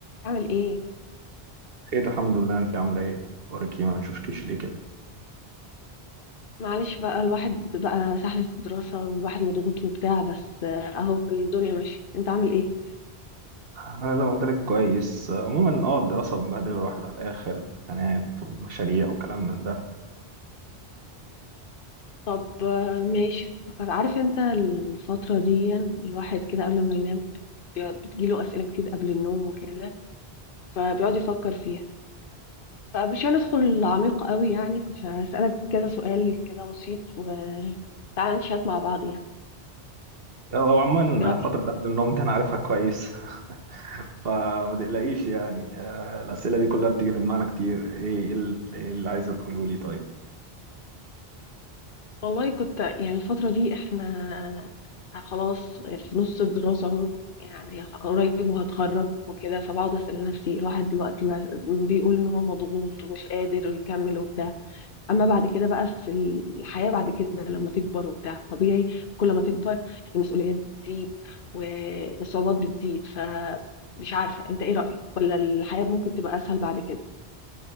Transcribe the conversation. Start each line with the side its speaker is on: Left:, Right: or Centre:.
Left: اعمل ايه
Right: خير الحمد لله انت عامله ايه اخبارك ايه ما بنشوفكيش ليه كده
Left: معلش بقى الواحد بقى سحلة الدراسة والواحد مضغوط وبتاع بس آه، اهو الدنيا ماشية انت عامل ايه
Right: انا زي ما قلت لك كويس عموما اه الدراسه مبهدله الواحد على الاخر امتحانات ومشاريع وكلام من ده
Left: طب آه، ماشي عارف انت الفترة دي الواحد كده قبل ما ينام بي- بتجيله اسئلة كتير قبل النوم وكده فبيقعد يفكر فيها فمش هندخل عميق قوي يعني كنت هسألك كذا سؤال كده بسيط وتعالى نشات مع بعض يعني
Right: او عموما
Left: ايه رأيك
Right: فتره قبل النوم دي انا عارفها كويس <laughs> فما تقلقيش يعني آه، الاسئله دي كلها بتيجي في دماغنا كتير ايه ايه ال- ايه اللي عايزه تقوله لي طيب
Left: والله كنت يعني الفترة دي احنا خلاص في نص الدراسة اهو يعني قريب وهتخرج وكده فبقعد أسأل نفسي الواحد دلوقتي ما- بيقول ان هو مضغوط ومش قادر يكمل وبتاع اما بعد كده بقى في الحياة بعد كده لما تكبر وبتاع طبيعي كل ما تكبر المسؤوليات بتزيد والصعوبات بتزيد فمش عارفة انت ايه رأيك ولا الحياة ممكن تبقى اسهل بعد كده